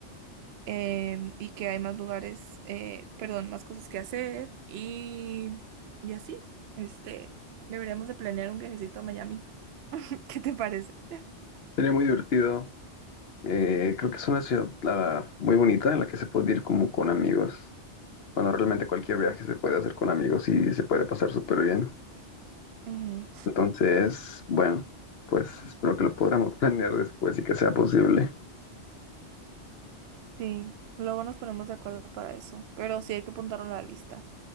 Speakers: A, on the right; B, on the left.
A: em, y que hay más lugares, eh, perdón, más cosas que hacer y, y así, este, deberíamos de planear un viajecito a Miami. <laughs> ¿Qué te parece?
B: Sería muy divertido Eh, creo que es una ciudad la- muy bonita en la que se puede ir como con amigos. Bueno, realmente cualquier viaje se puede hacer con amigos y se puede pasar súper bien.
A: Ujú,
B: Entonces, bueno, pues espero que lo podamos <laughs> planear después y que sea posible.
A: Sí, luego nos ponemos de acuerdo para eso, pero sí hay que apuntarlo en la lista.